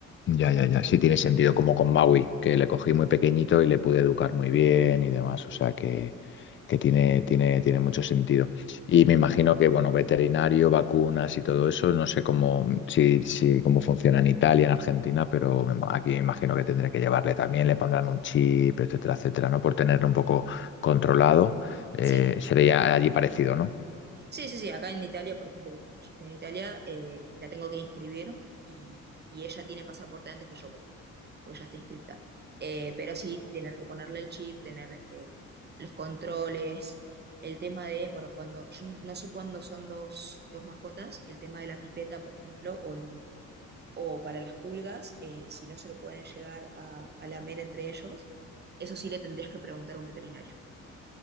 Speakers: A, on the left; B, on the right.
A: Ya, ya, ya. Sí tiene sentido, como con Maui, que le cogí muy pequeñito y le pude educar muy bien y demás. O sea que, que tiene, tiene, tiene mucho sentido. Y me imagino que, bueno, veterinario, vacunas y todo eso, no sé cómo, si, si, cómo funciona en Italia, en Argentina, pero me ima- aquí me imagino que tendré que llevarle también, le pondrán un chip, etcétera,
B: Sí.
A: etcétera, ¿no? Por tenerlo un poco controlado. eh,
B: Sí,
A: sería allí parecido, ¿no?
B: sí, sí, sí. Acá en Italia, por ejemplo, yo estoy en Italia, eh, la tengo que inscribir y, y ella tiene pasaporte antes que yo. pues ya está inscripta. Eh, pero sí, tener que ponerle el chip, tener eh, los controles, el tema de, bueno, cuando, yo no sé cuándo son dos, dos mascotas, el tema de la pipeta, por ejemplo, o, el- o para las pulgas, eh, si no se lo pueden llegar a, a lamer entre ellos, eso sí le tendrías que preguntar a un veterinario.